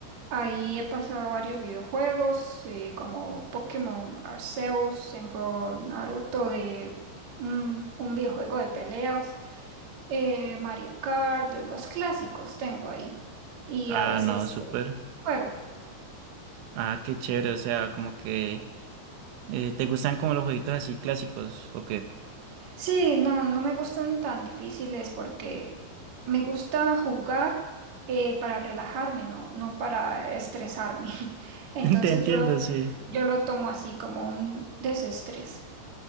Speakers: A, on the right; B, on the right.
A: ahí he pasado varios videojuegos eh, como Pokémon Arceus, tengo Naruto de un un videojuego de peleas. eh, Mario Kart, de los clásicos tengo ahí. Y
B: Ah,
A: a veces
B: no, súper.
A: eh, juego.
B: Ah, qué chévere, o sea, como que eh, te gustan como los jueguitos así clásicos, o qué?
A: Sí, no, no me gustan tan difíciles porque me gusta jugar eh, para relajarme, no, no para estresarme. <laughs> Entonces
B: <laughs> Te entiendo,
A: yo lo,
B: sí.
A: yo lo tomo así como un desestrés.